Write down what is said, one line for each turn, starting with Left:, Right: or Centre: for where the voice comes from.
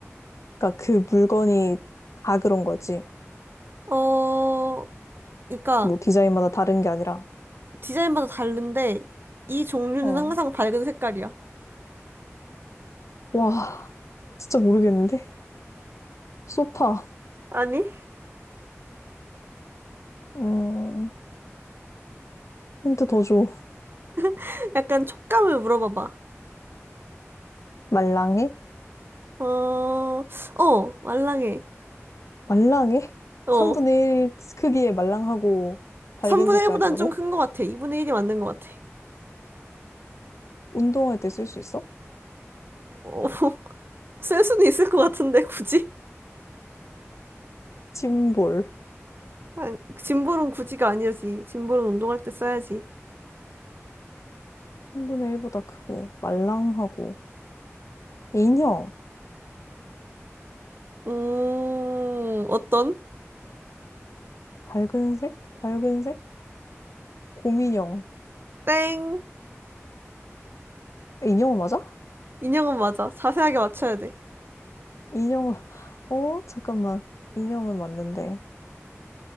Left: 그니까 그 물건이 다 그런 거지.
Right: 어, 그러니까
Left: 뭐 디자인마다 다른 게 아니라.
Right: 디자인마다 다른데 이 종류는
Left: 어.
Right: 항상 밝은 색깔이야.
Left: 와, 진짜 모르겠는데? 소파.
Right: 아니,
Left: 음, 힌트 더 줘.
Right: <laughs> 약간 촉감을 물어봐봐.
Left: 말랑해?
Right: 어, 어, 말랑해.
Left: 말랑해?
Right: 어,
Left: 3분의 1 크기의 말랑하고 밝은
Right: 3분의
Left: 색깔이라고?
Right: 1보단 좀 큰 것 같아. 2분의 1이 맞는 것 같아.
Left: 운동할 때 쓸 수 있어?
Right: 어, <laughs> 쓸 수는 있을 것 같은데, 굳이?
Left: 짐볼.
Right: 아, 짐볼은 굳이가 아니지. 짐볼은 운동할 때 써야지.
Left: 3분의 1보다 크고, 말랑하고. 인형.
Right: 음, 어떤?
Left: 밝은 색? 밝은 색? 곰인형.
Right: 땡.
Left: 인형은 맞아?
Right: 인형은 맞아. 자세하게 맞춰야 돼.
Left: 인형은, <laughs> 어? 잠깐만. 인형은 맞는데.